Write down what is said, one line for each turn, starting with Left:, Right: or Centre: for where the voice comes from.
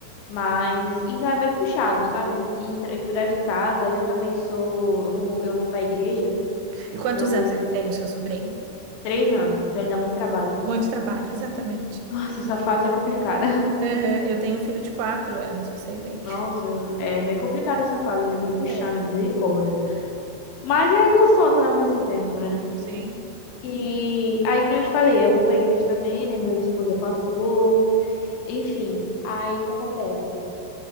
Left: Mas ainda é bem puxado, sabe? E, tra- e cuidar de casa, e eu também sou, eu vou, mo- eu vou pra igreja,
Right: E quantos
Left: meu
Right: anos ele tem, o seu sobrinho?
Left: três anos, então ele
Right: Três
Left: dá muito trabalho.
Right: anos. Muito trabalho, <laughs> exatamente.
Left: Nossa, essa fase é complicada. <laughs>
Right: Aham, eu tenho um filho de quatro anos, eu sei bem.
Left: Nossa, é bem complicada essa fase, viu? Bem puxada,
Right: É.
Left: misericórdia. Mas é gostosa ao mesmo tempo, né?
Right: Sim.
Left: E aí, que nem eu te falei, eu vou pra igreja também, né? Meu esposo é pastor. Enfim, aí o que acontece?